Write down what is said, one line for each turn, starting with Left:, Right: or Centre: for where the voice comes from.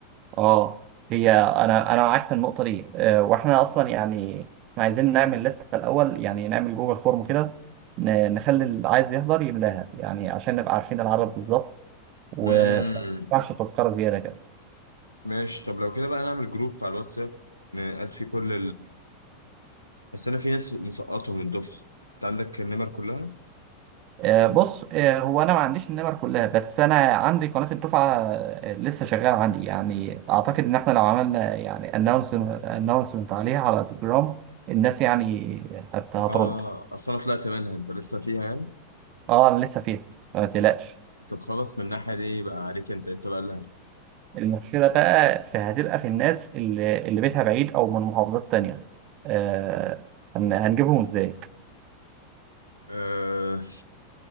Right: اه هي انا انا معاك في النقطه دي آه، واحنا اصلا يعني احنا عايزين نعمل لسته الاول يعني نعمل جوجل فورم كده ن- نخلي اللي عايز يحضر يملاها يعني عشان نبقى عارفين العدد بالظبط وما
Left: مم.
Right: ينفعش تذكره زياده كده
Left: ماشي طب لو كده بقى نعمل جروب على الواتساب نقعد فيه كل بس انا في ناس مسقطهم من الدفعه انت عندك النمر كلها
Right: آه، بص آه، هو انا ما عنديش النمر كلها بس انا عندي قناه الدفعه آه، لسه شغاله عندي يعني اعتقد ان احنا لو عملنا يعني اناونسمنت عليها على تليجرام الناس يعني هت- هترد
Left: اه اصل انا طلعت منها انت لسه فيها يعني
Right: اه انا لسه فيها ما تقلقش
Left: طب خلاص من الناحيه دي بقى عليك انت انت بقى لها
Right: المشكلة بقى في هتبقى في الناس اللي, اللي بيتها بعيد أو من محافظات تانية آه هن- هنجيبهم إزاي؟
Left: آه